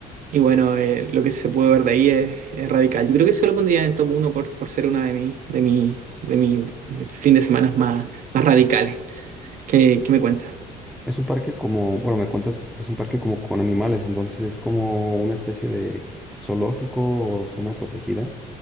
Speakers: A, on the right; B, in the centre.
A: y bueno, eh, lo que se puede ver de ahí es, es radical. Yo creo que eso lo pondría en el top 1 por, por ser una de mis de mi, de mi fin de semana más, más radicales. ¿Qué, qué me cuentas?
B: Es un parque como, bueno, me cuentas, es un parque como con animales, entonces es como una especie de zoológico o zona protegida.